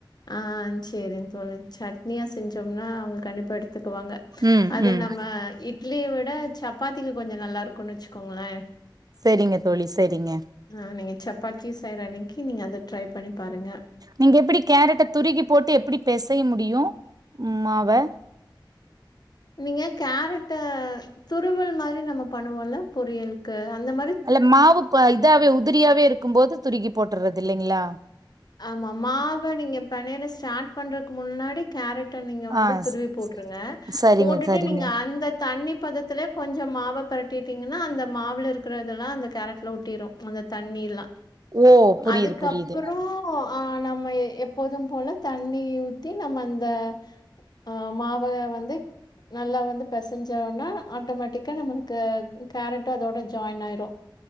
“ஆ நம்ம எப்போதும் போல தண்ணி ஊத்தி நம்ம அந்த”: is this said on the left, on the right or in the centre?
Left